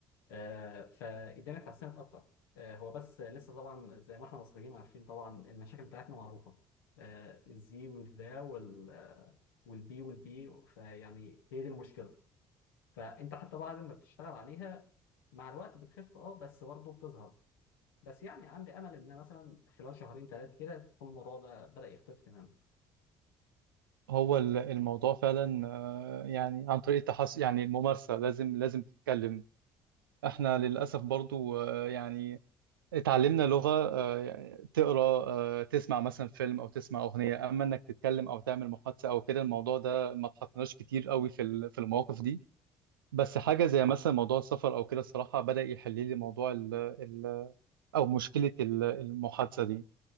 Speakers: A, on the left; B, on the right.
A: آه، فالدنيا اتحسنت اكتر آه، هو بس لسه طبعا زي ما احنا مصريين عارفين طبعا المشاكل بتاعتنا معروفه آه، الزي والذا وال آه، والبي والبي فيعني هي دي المشكله فانت حتى بعد ما بتشتغل عليها مع الوقت بتخف اه بس برضه بتظهر بس يعني عندي امل ان مثلا خلال شهرين ثلاثه كده تكون الموضوع ده بدا يختفي تماما
B: هو ال- الموضوع فعلا آه، يعني عن طريق التحص يعني الممارسة لازم لازم تتكلم إحنا للأسف برضو آه، يعني اتعلمنا لغة آه، يعني تقرا آه، تسمع مثلا فيلم او تسمع اغنية اما انك تتكلم او تعمل محادثة او كده الموضوع ده ما اتحطناش كتير قوي في ال- في المواقف دي بس حاجة زي مثلا موضوع السفر او كده الصراحة بدأ يحل لي موضوع ال ال او مشكلة ال- المحادثة دي